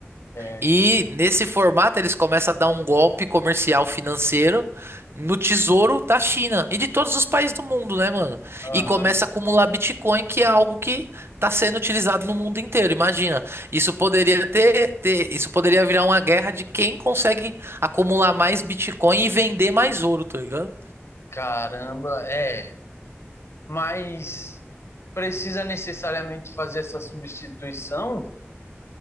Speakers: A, on the left; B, on the right.
A: É,
B: E nesse formato eles começam a dar um golpe comercial financeiro no tesouro da China e de todos os países do mundo, né, mano?
A: aham,
B: E começa a acumular Bitcoin, que é algo que está sendo utilizado no mundo inteiro. Imagina, isso poderia ter, ter- isso poderia virar uma guerra de quem consegue acumular mais Bitcoin e vender mais ouro, tá ligado?
A: caramba, é. Mas precisa necessariamente fazer essa substituição?